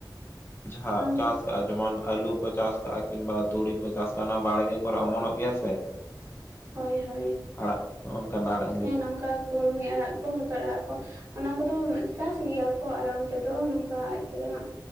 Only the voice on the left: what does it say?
ᱡᱟᱦᱟ
ᱪᱟᱥ ᱠᱟᱜᱼᱟ, ᱡᱮᱢᱚᱱ ᱟᱞᱩ ᱠᱚ ᱪᱟᱥ ᱠᱟᱜᱼᱟ ᱠᱤᱱᱵᱟ ᱛᱩᱲᱤ ᱠᱚ ᱪᱟᱥ ᱠᱟᱜᱼᱟ, ᱟᱱᱟ ᱵᱟᱲᱜᱮ ᱠᱚᱨᱮ ᱚᱢᱚᱱᱚᱜ ᱜᱮᱭᱟ ᱥᱮ!
ᱟᱲᱟᱜ, ᱚᱝᱠᱟ ᱱᱟᱲᱮᱹ